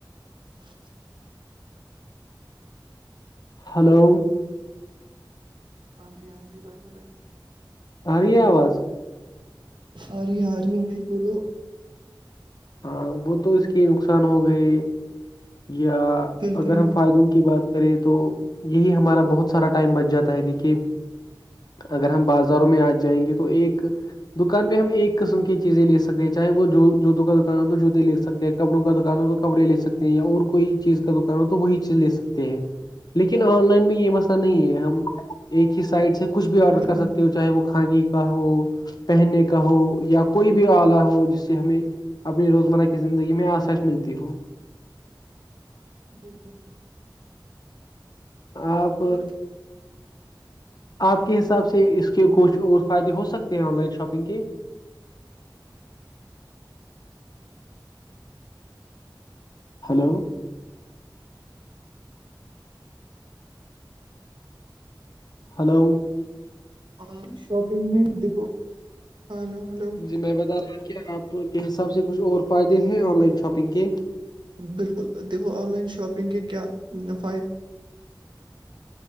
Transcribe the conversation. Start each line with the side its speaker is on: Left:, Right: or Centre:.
Right: <inaudible>
Left: ہلو
Right: ہاں جی ہاں جی بالکل
Left: آرہی آواز
Right: آ رہی آ رہی ہے بھائی بولو
Left: ہاں وہ تو اس کے نقصان ہو گئے یا
Right: بالکل
Left: اگر ہم فائدوں کی بات کرے تو یہی ہمارا بہت سارا ٹائم بچ جاتا ہے دیکھیے اگر ہم بازاروں میں آ جائیں گے تو ایک دکان پہ ہم ایک قسم کی چیزیں لے سکتے ہیں چاہے وہ جو جوتوں کا دکان ہو تو جوتے لے سکتے ہیں کپڑوں کا دکان ہو تو کپڑے لے سکتے ہیں یا اور کوئی چیز کا دکان ہو تو وہی چیز لے سکتے ہیں لیکن آن لائن میں یہ مسئلہ نہیں ہے ہم ایک ہی سائٹ سے کچھ بھی آرڈر
Right: بالکل
Left: کر سکتے ہو چاہے وہ کھے کا ہو پہننے کا ہو یا کوئی بھی آلہ ہو جس سے ہمیں اپنی روزمرہ کی زندگی میں آسائش ملتی ہو
Right: بالکل
Left: آپ
Right: اور
Left: آپ کے حساب سے اس کے کچھ اور فائدے ہو سکتے ہیں آن لائن شاپنگ کے hello hello
Right: online shopping میں دھو ہلو ہلو
Left: جی میں بتا رہا کہ آپ کے حساب سے کچھ اور فائدے ہیں آن لائن شاپنگ کے
Right: بالکل دیکھو آن لائن شاپنگ کے کیا نفائد